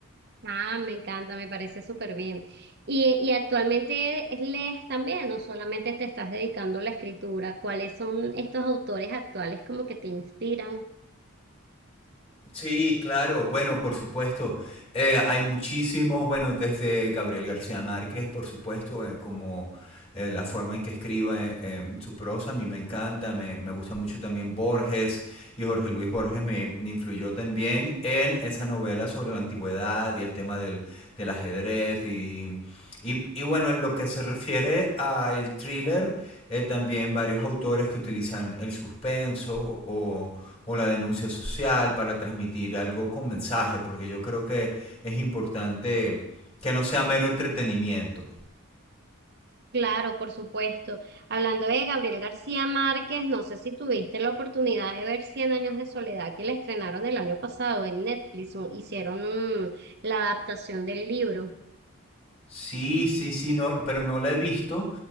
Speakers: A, on the right (about 50°); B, on the left (about 30°).
A: Ah, me encanta, me parece súper bien. ¿Y, y actualmente lees también o solamente te estás dedicando a la escritura? ¿Cuáles son estos autores actuales como que te inspiran?
B: Sí, claro, bueno, por supuesto. Eh, hay muchísimos, bueno, desde Gabriel García Márquez, por supuesto, eh, como eh, la forma en que escribe eh, su prosa, a mí me encanta, me, me gusta mucho también Borges y Jorge Luis Borges me, me influyó también en esa novela sobre la antigüedad y el tema del, del ajedrez y y, y bueno, en lo que se refiere al thriller, eh, también varios autores que utilizan el suspenso o, o la denuncia social para transmitir algo con mensaje, porque yo creo que es importante que no sea mero entretenimiento.
A: Claro, por supuesto. Hablando de Gabriel García Márquez, no sé si tuviste la oportunidad de ver Cien años de soledad que le estrenaron el año pasado en Netflix, un- hicieron un- la adaptación del libro.
B: Sí, sí, sí, no, pero no la he visto,